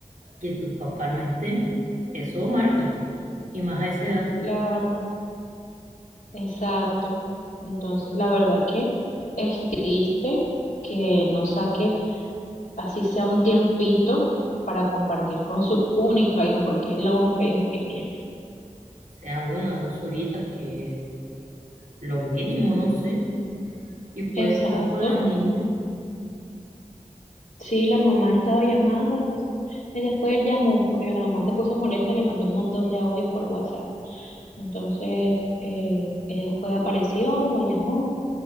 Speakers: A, on the right; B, on the left.
A: que tu papá no esté, eso marca. Y más a esa edad,
B: Claro, exacto. Entonces, la verdad es que es triste que no saque así sea un tiempito para compartir con su única hija, porque es la única hija que tiene.
A: sea una, dos horitas, que es lo mínimo, no sé. Y puede
B: Exacto.
A: estar con la niña
B: Sí, la mamá estaba llamando, entonces él después él llamó, porque la mamá se puso molesta y le mandó un montón de audios por WhatsApp. Entonces, eh, él después apareció, la llamó